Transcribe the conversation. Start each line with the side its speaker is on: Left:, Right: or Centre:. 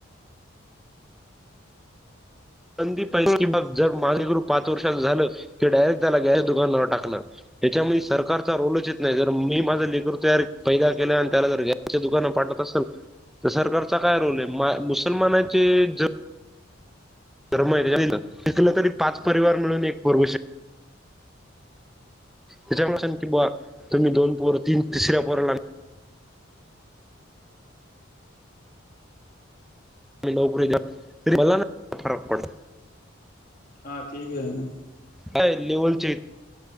Centre: बंदी पाहिजे कि मग जर माझे गुरु पाच वर्षाच झालं की डायरेक्ट त्याला गॅस दुकानावर टाकणार. त्याच्यामुळे सरकारचा रोलच येत नाही जर मी माझ लेकरू तयार फैदा केला आणि त्याला जर गॅसच्या दुकानवर पाठव. त असल तर सरकारचा काय रोल आहे माय मुसलमानाचे ज शि शिकलं तरी पाच परिवार मिळून एक पुरवू शक त्याच्या तुम्ही दोन पोर तीन तिसऱ्या पोराला नोकरी <unintelligible> मला ना फरक पडत.
Left: हा तेबी हाय ना.
Centre: काय लेवलचे